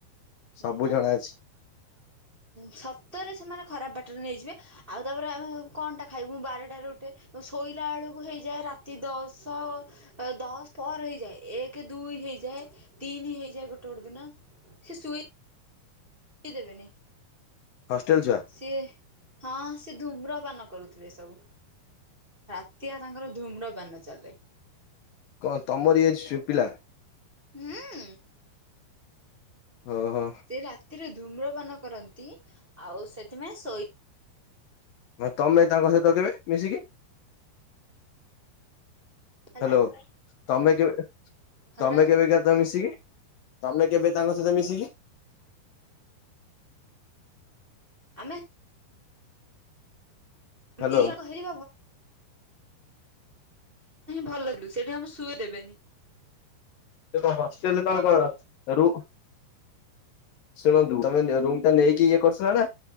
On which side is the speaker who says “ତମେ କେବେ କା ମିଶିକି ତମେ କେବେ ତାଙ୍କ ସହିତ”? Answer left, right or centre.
Left